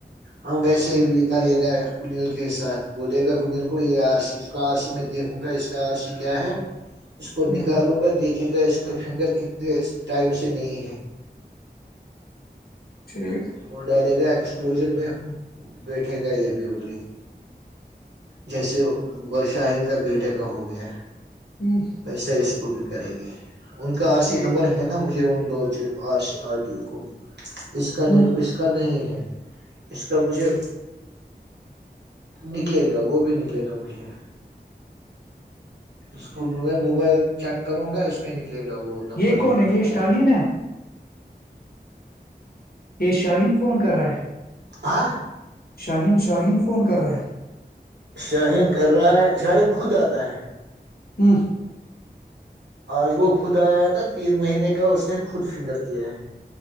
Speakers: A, on the right; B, on the left.
A: ہم ویسے ہی بھی کرے گا کنل کے ساتھ بولے گا کنیل کو یہ آر سی اس کو آر سی میں دیکھوں گا اس کا آر سی کیا ہے اس کو
B: ہوں
A: نکالوں گا دیکھ دے گا اس کا فنگر کتنے ٹائم سے نہیں ہے
B: ٹھیک
A: وہ ڈ بھی ایکسلوژن میں بیٹھے گا یہ بھی ادری جیسے گ شاہین کا بیھے کا ہو گیا
B: ہ
A: ویسے اس کو بھی کرے گی ان کا آر
B: ٹھیک
A: سی نمبر ہے نا مجھے جیون دوچر آر ٹی کو اس
B: ہ
A: کا ن نہیں ہے اس کا مجھے نکلے گا وہ بھی نکلے گا مجھے اس کو میں موبائل چیک کروں گا اس میں نک نکلے گا وہ نمبر
B: یہ کون
A: بھی نکلے
B: ہے یہ
A: گا
B: شاہین ہے یہ شاہین فون کر رہا ہے
A: آ
B: شاہین شاہین فون کر رہا ہے
A: شاہین کر رہا ہے شاہین خود آتا ہے
B: ہ
A: آج وہ خود آیا ہے ن تین مہینے کا اس نے خود فنگر کیا ہے